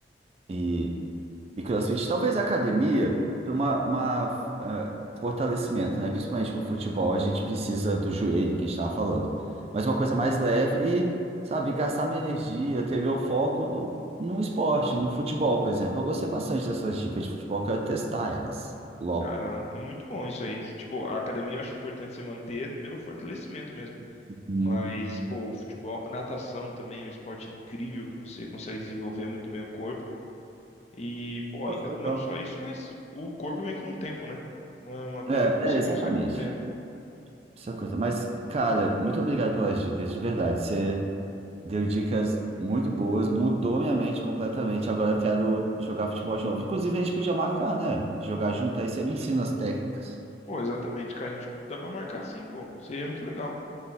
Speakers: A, on the right; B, on the left.
A: e, e CrossFit. Talvez a academia para uma, uma, eh, fortalecimento, né? Principalmente pro futebol, a gente precisa do joelho, que a gente tava falando. Mas uma coisa mais leve e, sabe, gastar minha energia, ter meu foco no, no esporte, no futebol, por exemplo. Eu gostei bastante dessas dicas de futebol, quero testar elas logo.
B: Cara, é muito bom isso aí. Tipo, a academia eu acho importante você manter pelo fortalecimento mesmo.
A: Hum.
B: Mas, pô, o futebol, natação também é um esporte incrível que você consegue desenvolver muito bem o corpo. E, pô,
A: Poxa,
B: é,
A: legal.
B: não só isso, mas o corpo vem com o tempo, né? É Uma, uma coisa
A: É,
B: que você
A: é, exatamente.
B: consegue com o tempo.
A: Essa coisa. Mas, cara, muito obrigado pelas dicas, de verdade. Você deu dicas muito boas, mudou minha mente completamente. Agora eu quero jogar futebol de novo. Inclusive, a gente podia marcar, né? Jogar junto, aí você me ensina as técnicas.
B: Pô, exatamente, cara. A gente dá pra marcar sim, pô. Seria muito legal.